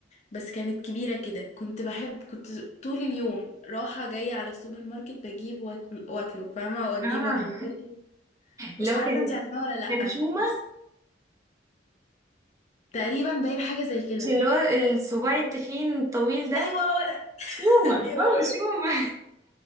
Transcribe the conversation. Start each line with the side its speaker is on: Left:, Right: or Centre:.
Left: بس كانت كبيره كده كنت بحب كنت طول اليوم رايحه جايه على السوبر ماركت بجيب واكل واكله فاهمه واجيب
Right: اه
Left: واكله برضه مش
Right: اللي هو
Left: عارفه
Right: كان
Left: انت عارفه ولا لا
Right: كان شومة
Left: بس تقريبا باين حاجه زي كده
Right: مش اللي هو الصباع التخين الطويل ده
Left: ايوه هو ده
Right: شومة
Left: <laughs> ايوه
Right: هو
Left: هو
Right: شومة
Left: ده.